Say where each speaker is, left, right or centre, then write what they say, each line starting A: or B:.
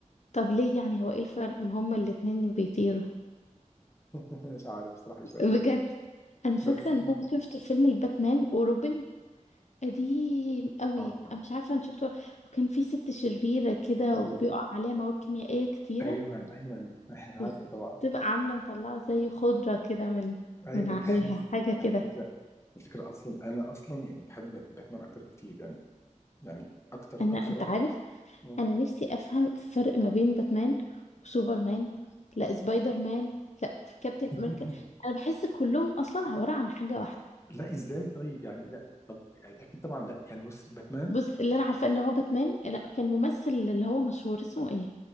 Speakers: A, on the left; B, on the left.
A: طب ليه يعني هو ايه الفرق ما هما الاتنين بيطيروا
B: <laughs> مش عارف بصراحة مش فاهم
A: بجد
B: بس
A: انا فاكره
B: بس
A: ان انا شفت فيلم الباتمان وروبن قديم قوي
B: اه
A: انا مش عارفه انا شفته وكان في ست شريره كده
B: ايوه
A: وبيقع عليها مواد كيميائيه كتيره
B: ايوه ايوه <laughs> عارفه
A: وبتبقى
B: طبعا
A: عامله مطلعه زي خضره كده من
B: ايوه
A: من عليها
B: <laughs>
A: حاجه
B: على
A: كده
B: فكرة الفكرة اصلا انا اصلا يعني بحب بات- باتمان اكتر بكتير يعني يعني اكتر
A: انا
B: اكتر
A: انت
B: واحد
A: عارف
B: مم.
A: انا نفسي افهم الفرق ما بين باتمان وسوبرمان لا سبايدر مان لا في كابتن
B: <laughs>
A: امريكان انا بحس كلهم اصلا عباره عن حاجه واحده
B: لا ازاي طيب يعني لا طب يعني اكيد طبعا لا يعني بص باتمان
A: بص اللي انا عارفه ان هو باتمان لا كان ممثل اللي هو مشهور اسمه ايه